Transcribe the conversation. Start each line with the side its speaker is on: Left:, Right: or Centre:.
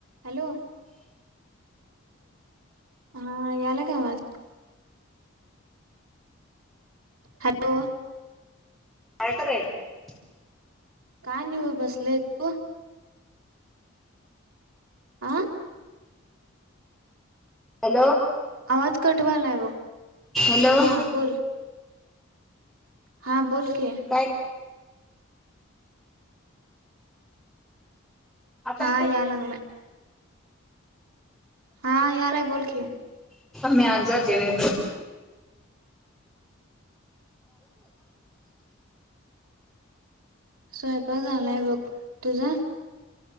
Right: Hello हा याला का आवाज हॅलो
Centre: काय खरय <unintelligible>
Right: काय नाहीव बसले त आं
Centre: हॅलो
Right: आवाज कटवाला आहे
Centre: हॅलो
Right: हा बोल हां बोल की
Centre: काय आता
Right: हा
Centre: येतोय?
Right: यालांग माय <inaudible> हा याला आहे बोल की
Centre: मी आज जाते ना
Right: स हो झालाय बघ तुझा